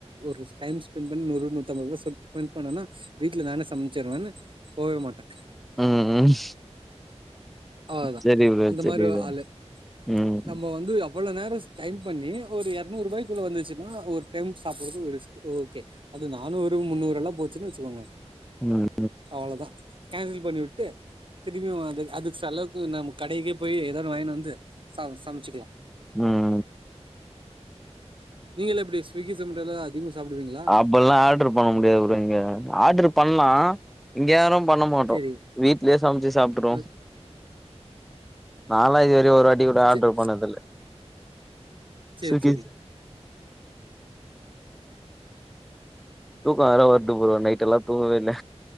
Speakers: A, on the right (about 50°); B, in the centre.
A: ஒரு டைம் ஸ்பெண்ட் பண் நூறு நூத்தம்பது ரூபா சென்பென் ஸ்பென் பண்ணனா வீட்ல நானே சமச்சிருவேன்னு போவே மாட்டே
B: ம் ம்
A: அவ்ளதா
B: செரி ப்ரோ
A: அந்த
B: செரி
A: மாரி
B: ப்ரோ
A: ஆளு
B: ம்
A: நம்மோ வந்து அவ்வளோ நேரம் டைம் பண்ணி ஒரு எரநூற் ரூபாய்க்குள்ள வந்துச்சுன்னா ஒரு டைம் சாப்பிட்றது ஒரு ஓகே அது நானூறு முன்னூறெல்லா போச்சுன்னு வச்சுக்கோங்க
B: ம்
A: அவ்ளோதா கேன்சல் பண்ணி விட்டு திரமியூ அது அது செலவுக்கு நம்ம கடைக்கே போய் ஏதானு வாங்கினு வந்து சாதோ சமைச்சிக்லா
B: ம்
A: நீங்களா எப்டி ஸ்விக்கி சமட்டோலா அதிகமா சாப்டுவீங்களா
B: இப்பல்லா ஆர்ட்ரு பண்ண முடியாதுங்க ப்ரோ இங்க ஆர்ட்ரு பண்லா இங்க யாரு பண்ண மாட்டோ
A: சரி
B: வீட்லே சமைச்சு சாப்ட்ருவோ
A: அஹ்
B: நாலா இது வரை ஒரு வாட்டி கூட ஆர்ட்ரு
A: சே-
B: பண்ணதில்ல
A: சரி
B: சுகி
A: சரி
B: தூக்கோ வேற வருது ப்ரோ நைட்டெல்லா தூங்கவே இல்ல